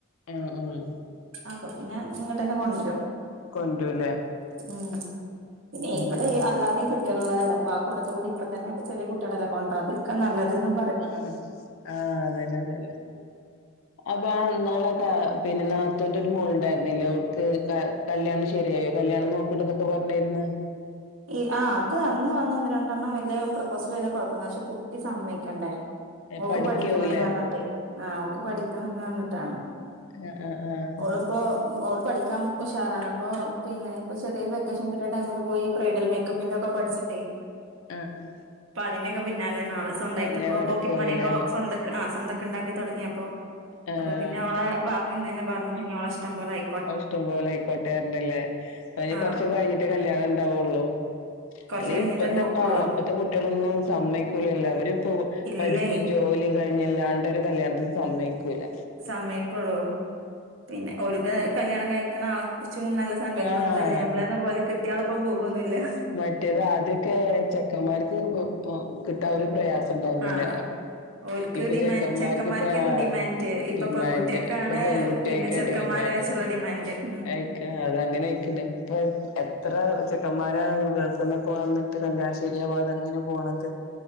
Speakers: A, on the left; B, on the right.
A: ആഹ് ആഹ്
B: അപ്പൊ പിന്നെ ഇങ്ങട്ടന്നെ കൊണ്ടരും
A: കൊണ്ടരൂല്ലേ
B: ഉം ന്നെ
A: ഉം
B: ഇവിടെ
A: ഉം
B: അല്ലാതെയും കു ട്ട്യേ ളതല്ലൊ അപ്പൊ ആ കൂട്ടത്ത്കൂടി ഇപ്പ തന്നെ ചെറിയ കുട്ടികളെല്ലെ കൊണ്ടരാതിരിക്ക നല്ലത്ന്നും
A: ആഹ് ആഹ് അതെല്ലെ അതെല്ലെ
B: <inaudible>
A: അപ്പൊ അ ന്നാള് ക പിന്നെ നാത്തൂന്റോരു മോളണ്ടായിരുന്നില്ലേ ഓൾക്ക് ക കല്യാണ ശരിയായ കല്യാണം നോക്കിണ്ട്ന്നൊക്കെ പറഞ്ഞിര്ന്ന്
B: ഇ ആഹ് അത് അന്ന് വന്നന്ന് രണ്ടെണ്ണം വല്യ പ്രൊപ്പോസല് വല്യ കൊഴപ്പുണ്ട് പക്ഷെ കുട്ടി സമ്മയ്ക്കണ്ടേ ഓക്ക്
A: പഠിക്കാവൂലേ
B: പഠിക്കണന്ന് പറഞ്ഞിട്ടെ ആഹ് ഓക്ക് പഠിക്കണന്ന് പറഞ്ഞിട്ടാണ്
A: ആഹ് ആഹ് ആഹ്
B: ഓളിപ്പോ ഓള് പഠിക്കാം ഉഷാറാണപ്പൊ പിന്നെ പ്പൊ ചെറിയ വെക്കേഷൻ കിട്ടിയ ടൈമില് പോയി ബ്രൈഡൽ മേക്കപ്പിന്റെക്കെ പഠിച്ചിട്ടേ
A: ആഹ് ആഹ്
B: അപ്പൊ അതിന്റെക്കെ പിന്നാലെയാണാള് സ്വന്തായിട്ടിപ്പൊ
A: അങ്ങനെ നടക്കാവൂലേ
B: പോക്കറ്റ് മണിയൊക്കെ സ്വന്ത ആഹ് സ്വന്തൊക്കെ ഉണ്ടാക്കി തുടങ്ങിയപ്പോ
A: ആഹ്
B: അപ്പൊ പിന്നെ ഓ ളെ വാപ്പി തന്നെ പറഞ്ഞുെ ഇനി ഓളെ ഇഷ്ടം പോലെ ആയി
A: ഓ ഇഷ്ടംപോലെ ആയിക്കോട്ടെർന്നല്ലേ അ അനി
B: ആഹ്
A: കൊറച്ച് കഴിഞ്ഞിട്ടെ കല്യാണം ഇണ്ടാവുള്ളു
B: കൊറച്ച്
A: അല്ല
B: കഴിഞ്ഞിട്ടേ
A: ഇപ്പത്തെപ്പ
B: നോക്കുള്ളൂ
A: ഇപ്പത്തെ കുട്ടികളൊന്നും സമ്മയ്ക്കൂലല്ലോ അവര്പ്പോ
B: ഇല്ലേ
A: പഠിപ്പും ജോലിയും കഴിഞ്ഞല്ലാണ്ട ഒരു കല്യാണത്തിന് സമ്മയിക്കൂല്ല
B: സമ്മയക്കുള്ളൂ പിന്നെ ഓൽക്ക് കല്യാണ കഴിക്കണ ആള ച്ചും നല്ല സങ്കല്പങ്ങളല്ലേ
A: ആഹ്
B: നമ്മളന്നെ പോലെ കിട്ടിയാളൊപ്പം പോകൊന്നില്ല
A: മറ്റേതാദ്യ ക്കെ ചെക്കന്മാർക്ക് <unintelligible> കിട്ടാ ഒരു പ്രയാസം തോന്നീല
B: ആഹ് ഓൽക്ക്
A: ഇപ്പൊ
B: ഡിമാൻഡ്
A: ചേക്കന്മാർക്ക്
B: ചെക്കന്മാർക്കെന്നു
A: പ്രേമ
B: ഡിമാൻഡ് ഇപ്പൊ
A: ഡിമാൻഡ്
B: പെൺകുട്ടികൾക്കാണ്
A: ഇപ്പൊ പെൺകുട്ട്യേക്കാ
B: പിന്നെ ചെറുക്കന്മാരെ
A: ഡിമാൻഡ്
B: വെച്ചുള്ള ഡിമാൻഡ് ഉം
A: ആയി അത അങ്ങനെ ആയിക്ക്ണ് ഇപ്പ എത്ര ചെക്കന്മാരാണ് ഗൾഫ്ന്നൊക്കെ വന്ന് കല്യാണശ്ശേരിയാവാതങ്ങനെ പോണത്